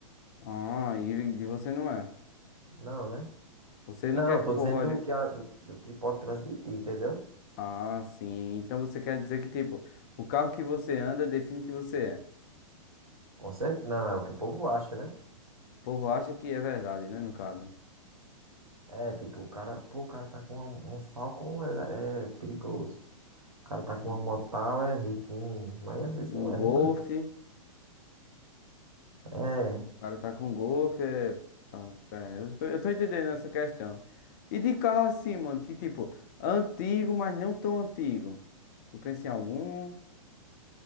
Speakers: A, on the left (about 35°); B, on the right (about 80°).
A: Ah, e de você não é.
B: Não, né?
A: Você
B: Não,
A: não quer
B: eu
A: que
B: tô
A: o povo
B: dizendo
A: olhe.
B: do que, a- do, do que pode transmitir, entendeu?
A: Ah, sim. Então você quer dizer que, tipo, o carro que você anda define que você é.
B: Com certeza. Não, é o que o povo acha, né?
A: O povo acha que é verdade, né? No caso.
B: É, tipo, o cara, pô, o cara tá com uma, uma Falcon, é, é perigoso. O cara tá com
A: Um,
B: uma Motal, é riquinho. Mas às vezes
A: um
B: não é,
A: Golf.
B: né, mano? É,
A: O cara tá com golfe, é... Pronto, é, eu tô, eu tô entendendo essa questão. E de carro assim, mano, que tipo, antigo, mas não tão antigo. Tu pensa em algum